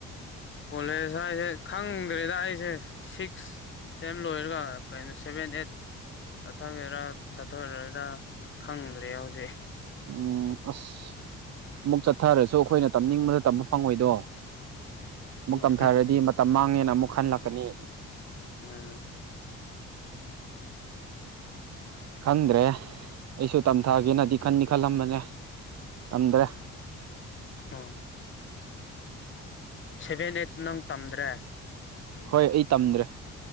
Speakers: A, on the left (about 40°); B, on the right (about 60°).
A: ꯀꯣꯂꯦꯖ ꯍꯥꯏꯁꯦ ꯈꯪꯗ꯭ꯔꯦꯗ ꯑꯩꯁꯦ ꯁꯤꯛꯁ ꯁꯦꯝ ꯂꯣꯏꯔꯒ ꯀꯩꯅꯣ ꯁꯚꯦꯟ ꯑꯩꯠ ꯆꯠꯊꯒꯦꯔꯥ ꯆꯠꯊꯔꯣꯏꯔ ꯈꯪꯗ꯭ꯔꯦ ꯍꯧꯖꯤꯛ
B: ꯎꯨꯝ ꯑꯁ ꯑꯃꯨꯛ ꯆꯠꯊꯔꯁꯨ ꯑꯩꯈꯣꯏꯅ ꯇꯝꯅꯤꯡꯕꯗ ꯇꯝꯕ ꯐꯪꯉꯣꯏꯗꯣ ꯑꯃꯨꯛ
A: ꯎꯝ
B: ꯇꯝꯊꯔꯗꯤ ꯃꯇꯝ ꯃꯥꯡꯉꯦꯅ ꯑꯃꯨꯛ ꯈꯟꯂꯛꯀꯅꯤ
A: ꯎꯨꯝ
B: ꯈꯪꯗ꯭ꯔꯦ ꯑꯩꯁꯨ ꯇꯝꯊꯥꯒꯦꯅꯗꯤ ꯈꯟꯅꯤ ꯈꯜꯂꯝꯕꯅꯦ ꯇꯝꯗ꯭ꯔꯦ
A: ꯎꯨꯝ ꯁꯦꯚꯦꯟ ꯑꯩꯠ ꯅꯪ ꯇꯝꯗ꯭ꯔꯦ
B: ꯍꯣꯏ ꯑꯩ ꯇꯝꯗ꯭ꯔꯦ